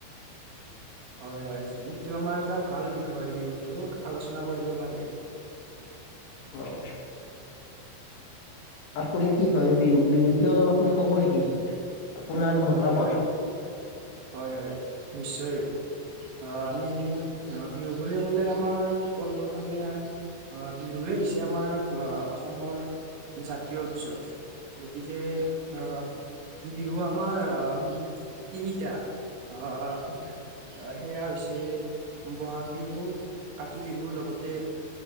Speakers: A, on the left; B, on the right.
A: <unintelligible>
B: হয় হয় এইটো আমাৰ এটা ভাল বিষয় বিহুত। এইটো আলোচনা কৰিব পাৰি।
A: অ' আপুনি কি ভাবে বিহু বিহুৰ বিষয়ে অলপ আপুনি কব নেকি? আপোনাৰ মতামত
B: হয় হয় হয় হয় নিশ্চয় অ আমি অ বিহু বুলি ক'লে আমাৰ পোন প্ৰথমে অ বিহুৱে হৈছে আমাৰ অহ অসমৰ জাতীয় উৎসৱ। গতিকে অহ বিহু আমাৰ আহ তিনি এতিয়া আহ সেয়া হৈছে বহাগ বিহু কাতি বিহু লগতে